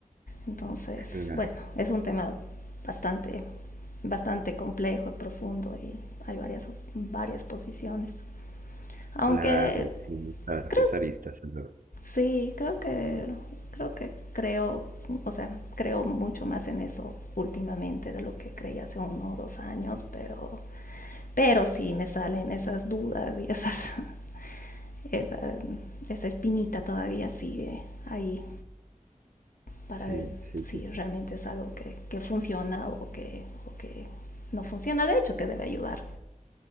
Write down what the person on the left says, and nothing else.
Entonces,
bueno, es un tema bastante, bastante complejo y profundo y hay varias, varias posiciones. Aunque
creo,
sí, creo que, creo que creo, o sea, creo mucho más en eso últimamente de lo que creía hace uno o dos años, pero, pero sí me salen esas dudas y esas, <laughs> esa, esa espinita todavía sigue ahí para
ver
si
realmente es algo que, que funciona o que, o que no funciona, de hecho, que debe ayudar.